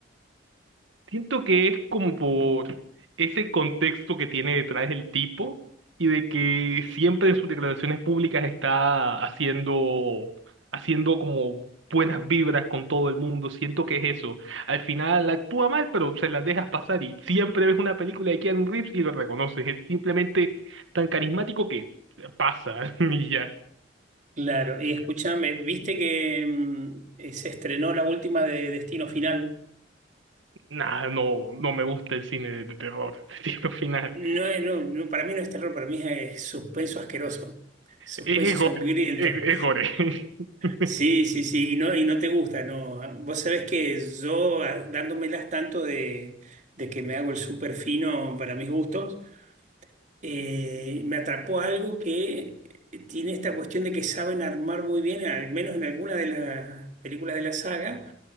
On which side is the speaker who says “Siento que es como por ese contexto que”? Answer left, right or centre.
Right